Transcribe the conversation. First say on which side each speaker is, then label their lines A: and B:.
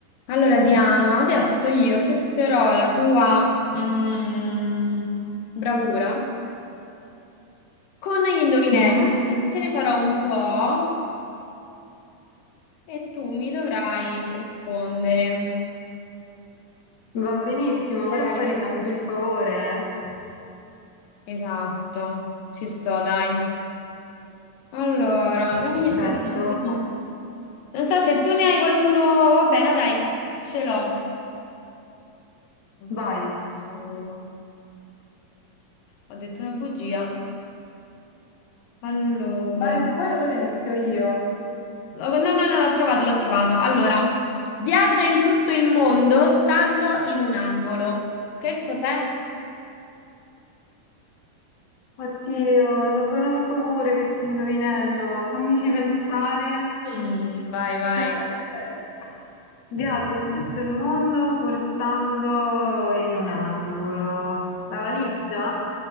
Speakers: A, on the left (about 75°); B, on the left (about 50°).
A: Allora, Diana, adesso io testerò la tua mm, bravura con gli indovinelli.
B: Mh-mh.
A: Te ne farò un po' e tu mi dovrai rispondere.
B: Va benissimo,
A: Ok?
B: però poi ricambio il favore, eh.
A: Esatto, ci sto, dai. Allora, dammi
B: Perfetto.
A: solo un attimo. Non so se tu ne hai qualcuno. Va bene, dai, ce l'ho. Un
B: Vai.
A: solo. Ho detto una bugia. Allora.
B: Vai, se vuoi allora inizio io.
A: Oh, No, no, no, l'ho trovato, l'ho trovato. Allora, viaggia in tutto il mondo stando in un angolo. Che cos'è?
B: Oddio, lo conosco pure questo indovinello. Fammici pensare.
A: Mm, vai, vai.
B: Eh, eh, viaggia in tutto il mondo pur stando in un angolo. La valigia?